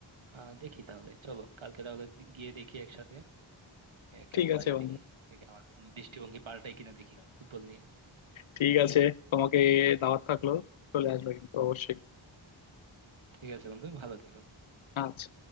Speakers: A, on the right (about 80°); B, on the left (about 80°).
A: আহ দেখি তাহলে চলো কালকে তাহলে গিয়ে দেখি একসাথে এ, কেমন
B: ঠিক আছে
A: লাগে
B: বন্ধু
A: দেখি দেখি আমার কোনো দৃষ্টিভঙ্গি পাল্টাই কিনা দেখি ফুটবল নিয়ে
B: ঠিক আছে তোমাকে দাওয়াত থাকলো চলে আসবে কিন্তু অবশ্যই
A: ঠিক আছে বন্ধু ভালো থেকো
B: আচ্ছা